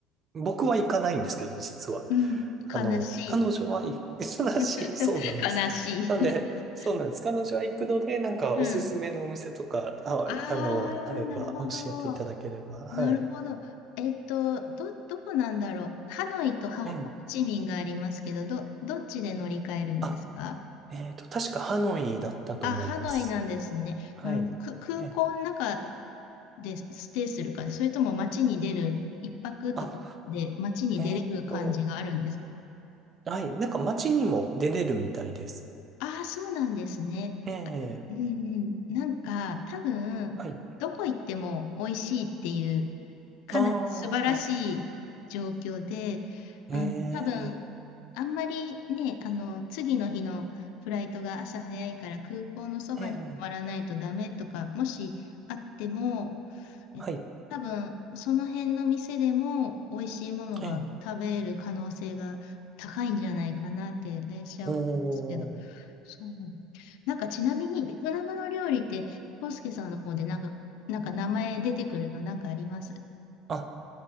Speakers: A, on the right; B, on the left.
A: 僕は行かないんですけど、実は。
B: うん、
A: あの、
B: 悲しい。
A: 彼女は行く <laughs> らしい、
B: <laughs>
A: そうなんです。
B: 悲しい。
A: なので、
B: うん。
A: そうなんです。彼女は行くので、なんかおすすめのお店とか、
B: うん。
A: あ、
B: ああ、
A: あの、あれば教えていただければ。
B: なるほど。なるほど。
A: はい。
B: えっと、ど、どこなんだろう。ハノイとホホーチミンがありますけど、
A: ええ。
B: ど、どっちで乗り換えるんですか
A: あ、えっと、確かハノイだったと思います。
B: あ、ハノイなんですね。
A: はい。
B: なるほど。く、空港の中
A: ええ。
B: でステイする感じ、それとも街に出る、一泊とかで街に出れる感じがあるんですか
A: あ、えっと、はい。なんか街にも出れるみたいです。
B: ああ、そうなんですね。
A: ええ。
B: うんうん。なんか、多分、
A: はい。
B: どこ行っても美味しいっていうかなり素晴らしい状況で、
A: ああ、
B: あの、
A: ええ。
B: 多分、あんまりね、あの、次の日のフライトが朝早いから空港のそばに泊まらないとダメとか、
A: ええ。
B: もしあっても、えっと、
A: はい。
B: 多分、その辺の店でも美味しいものが食べれる可能性が高いんじゃないかなって、
A: ええ。
B: 私は思うんですけど、
A: おー。
B: そう。なんかちなみにベトナムの料理って、コ介スケさんの方でなんか、なんか名前出てくるのなんかあります
A: あ、